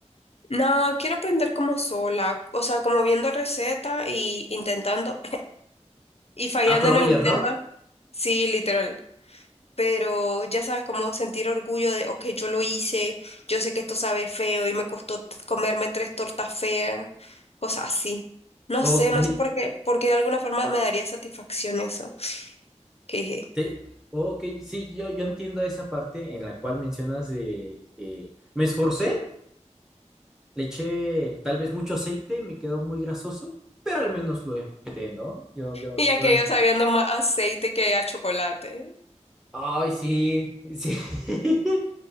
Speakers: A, on the left (about 55°); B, in the centre.
A: No, quiero aprender como sola, o sea, como viendo recetas y intentando y fallando
B: ¿A prueba
A: en el
B: y error?
A: intento. Sí, literal. Pero ya sabes, como sentir orgullo de, ok, yo lo hice, yo sé que esto sabe feo y me costó t- comerme tres tortas feas, cosas así. No
B: Ok,
A: sé, no sé por qué, porque de alguna forma me daría satisfacción eso. Jeje.
B: te, ok, sí, yo, yo entiendo esa parte en la cual mencionas de, el- me esforcé le eché tal vez mucho aceite y me quedó muy grasoso, pero al menos lo intenté ¿no? Yo, yo,
A: Y ya
B: yo
A: que
B: lo entiendo.
A: yo sabiendo más aceite que a chocolate.
B: Ay, sí, sí. <laughs>